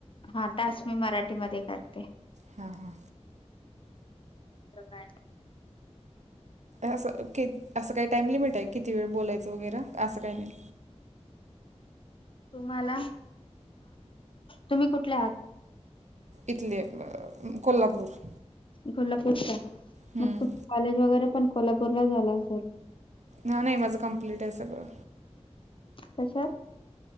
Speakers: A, on the left; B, on the right.
A: हा टास्क मी मराठीमध्ये करते.
B: हा हा
A: प्रकार
B: असं असं काही टाइम लिमिट आहे किती वेळ बोलायचं वगैर असं काही नाही
A: तुम्हाला तुम्ही कुठले आहात
B: इथले कोल्हापूर
A: कोल्हापूरचा
B: हम्म.
A: मग तुम कॉलेज वगैरे पण कोल्हापूरला झाला असेल
B: ह नाही माझं कम्प्लीट आहे सगळं
A: कशात